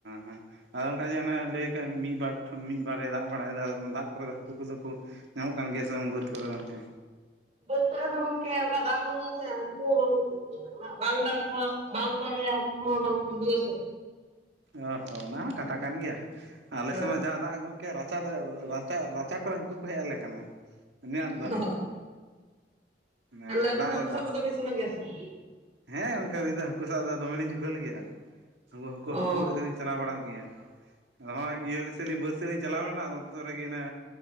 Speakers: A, on the right (about 85°); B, on the right (about 40°).
A: ᱦᱟ ᱟᱫᱚ ᱚᱱᱠᱟ ᱡᱮ ᱚᱱᱮ ᱞᱟᱹᱭ ᱠᱟᱫ ᱢᱤᱫᱵᱟᱨ ᱴᱷᱯ ᱢᱤᱫ ᱵᱟᱨᱮ ᱫᱟᱜ ᱵᱟᱲᱟᱭᱮᱫᱟ ᱫᱟᱜ ᱠᱚᱨᱮ ᱫᱚ ᱦᱟᱹᱠᱩ ᱠᱚᱫᱚ ᱠᱚ ᱧᱟᱢᱚᱜ ᱠᱟᱱ ᱜᱮᱭᱟ ᱥᱮ ᱵᱟᱝ ᱵᱟᱹᱫᱽ ᱠᱚᱨᱮ ᱜᱚᱝᱠᱮ
B: ᱵᱟᱹᱫᱽ ᱠᱚᱨᱮ ᱫᱚ ᱜᱚᱢᱠᱮ ᱚᱱᱠᱟ ᱫᱟᱜ ᱵᱟᱱᱩᱜᱼᱟ ᱥᱮ ᱦᱟᱹᱠᱩ ᱦᱚᱸ ᱵᱟᱝ ᱵᱟᱝ ᱫᱟᱜ ᱞᱮᱠᱦᱟᱱ ᱵᱟᱝ ᱠᱚᱨᱮ ᱦᱟᱹᱠᱩ ᱠᱚᱦᱚᱸ ᱵᱟᱝᱠᱩ ᱛᱩᱫᱩᱜᱼᱟ ᱥᱮ᱾
A: ᱚ ᱦᱚᱸ ᱚᱱᱟ ᱦᱚᱸ ᱠᱟᱛᱷᱟ ᱠᱟᱱ ᱜᱮᱭᱟ ᱟᱞᱮ
B: ᱦᱮᱸ
A: ᱥᱮᱫ ᱢᱟ ᱡᱟ ᱫᱟᱜ ᱮᱫᱟᱭ ᱜᱚᱠᱮᱜᱼᱟ ᱨᱟ ᱨᱟ ᱨᱟᱪᱟ ᱨᱟᱪᱟ ᱠᱚᱨᱮ ᱦᱟᱹᱠᱩ ᱠᱚ ᱦᱮᱡ ᱟᱞᱮ ᱠᱟᱱᱟ᱾ ᱩᱱᱤ ᱟᱸᱴ
B: <unintelligible>
A: ᱫᱟᱜ ᱢᱟᱱᱮ
B: ᱛᱟᱦᱮᱞᱮ ᱟᱹᱵᱤᱱ
A: ᱫᱟᱜ
B: ᱫᱚ ᱦᱟ. ᱠᱩ
A: ᱮᱫᱟ
B: ᱥᱟᱵ ᱠᱚᱫᱚ ᱵᱤᱱ ᱥᱮ ᱥᱮᱱᱚᱜ ᱜᱮᱭᱟ ᱥᱮ ᱵᱟᱝ?
A: ᱦᱮᱸ ᱚᱱᱠᱟ ᱫᱚ ᱦᱟᱹᱠᱩ ᱥᱟᱵ ᱫᱚᱢ ᱞᱤᱧ ᱡᱷᱩᱠᱟᱹᱞ ᱜᱮᱭᱟ ᱦᱠᱩ
B: ᱚ
A: ᱦᱟᱹᱠᱩ ᱜᱚᱡ ᱫᱚᱞᱤᱧ ᱪᱟᱞᱟᱣ ᱵᱟᱲᱟᱜ ᱜᱮᱭᱟ᱾ ᱟᱫᱚ ᱦᱚᱸᱜᱚᱭ ᱤᱭᱟᱹ ᱥᱮᱫ ᱞᱤᱧ ᱵᱟᱹᱫ ᱥᱮᱫ ᱞᱤᱧ ᱪᱟᱞᱟᱣ ᱞᱮᱱᱟ ᱟᱫᱚ ᱚᱱᱛᱮ ᱨᱮᱜᱮ ᱚᱱᱮ